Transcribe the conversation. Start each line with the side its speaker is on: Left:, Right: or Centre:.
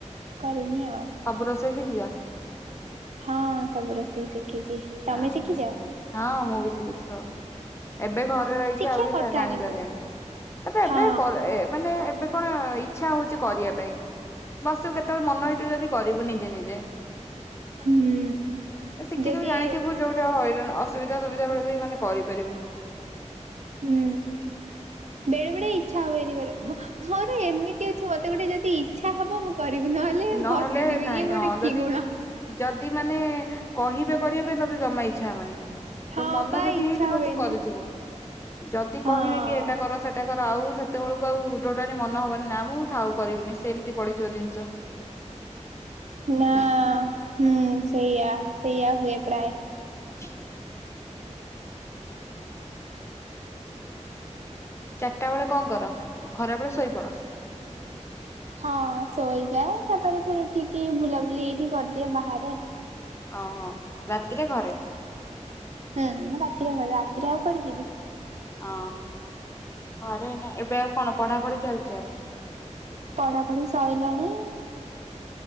Right: କରିନି ଆଉ।
Left: ସବୁ ରୋଷେଇ ଶିଖିଛ।
Right: ହଁ ସବୁ ରୋଷେଇ ଶିଖିଛି। ତମେ
Left: ଯା ହୋଉ
Right: ଶିଖିଛ
Left: ହଁ ମୁଁ ବି ଶିଖିଛି ସବ୍। ଏବେ ଘରେ ରହିକି
Right: ଶିଖିବା
Left: ଆହୁରି
Right: କଥା
Left: ଜା ଜାଣିଗଲେଣି
Right: କିନ୍ତୁ
Left: ତାପରେ ଏବେ
Right: ହଁ
Left: କରେ ମାନେ ଏବେ କଣ ଇଚ୍ଛା ହଉଛି କରିବା ପାଇଁ ବସୁ କେତେବେଳେ ମନ ହେଇଥିବ ଯଦି କରିବୁ ନିଜେ ନିଜେ।
Right: ହୁଁ
Left: ଏ ଶିଖିଥିବୁ
Right: ଯଦି
Left: ଜାଣି ଏପଟେ ହଇରାଣ ଅସୁବିଧା ସୁବିଧା ବେଳେ ବି ମାନେ କରିପାରିବୁ।
Right: ହୁଁ ବେଳେ ବେଳେ ଇଛା ହୁଏନି କରିବାକୁ। ଥରେ ଏମିତିଆ ଝିଅ ମତେ ଗୋଟେ ଯଦି ଇଚ୍ଛା ହବ ମୁଁ କରିବି ନହଲେ ହେଲେ
Left: ନହେଲେ
Right: ବସିଥିବି
Left: ନାଇଁ
Right: ଇଏ ଗୋଟେ
Left: ହଁ ଯଦି
Right: କି ଗୁଣ।
Left: ଯଦି ମାନେ କହିବେ କରିବା ପାଇଁ ତତେ ଜମା ଇଚ୍ଛା ହବନି।
Right: ହଁ
Left: ତୋ ମନ
Right: ପା
Left: ଯଦି
Right: ଇଚ୍ଛା
Left: ହେଇଥିବା
Right: ହୁଏନି
Left: ତୁ କରିଥିବୁ। ଯଦି
Right: ହଁ
Left: କହିବି କି ଏଟା କର ସେଟା କର ଆଉ ସେତେବେଳକୁ ଆଉ ଟୋଟାଲି ମନ ହବନି। ନାଁ ମୁଁ ଥାଉ କରିବିନି ସେମିତି ପଡିଥିବ ଜିନିଷ।
Right: ନାଁ ହୁଁ ସେଇଆା ସେଇଆ ହୁଏ ପ୍ରାୟ।
Left: ଚି। ଚାରିଟା ବେଳେ କଣ କର ଖରା ବେଳେ ଶୋଇପଡ।
Right: ହଁ ଶୋଇଯାଏ ତାପରେ ଫିରି ଉଠିକି ବୁଲାବୁଲି ଏଇଠି କରିଦିଏ ବାହାରେ।
Left: ଅ ହଁ ରାତିରେ ଘରେ?
Right: ହୁଁ ରାତିରେ ଘରେ ରାତିରେ ଆଉ କୁଆଡେ ଯିବି?
Left: ହଁ ଘରେ ନାଁ ଏବେ ଆଉ କଣ ପଢାପଢି ଚାଲିଛି ଆଉ?
Right: ପଢା ପଢି ସଇଲାଣି